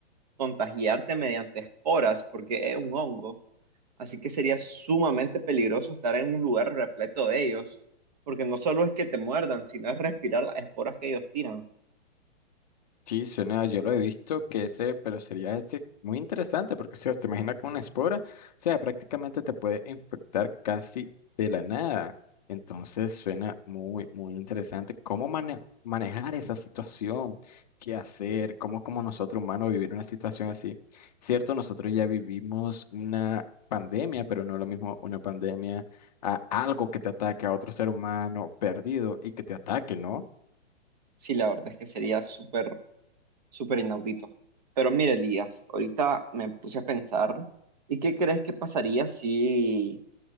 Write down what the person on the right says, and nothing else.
contagiarte mediante esporas porque es un hongo, así que sería sumamente peligroso estar en un lugar repleto de ellos, porque no solo es que te muerdan, sino es respirar las esporas que ellos tiran.
Sí, la verdad es que sería súper súper inaudito. Pero mire, Elías, ahorita me puse a pensar, ¿y qué crees que pasaría si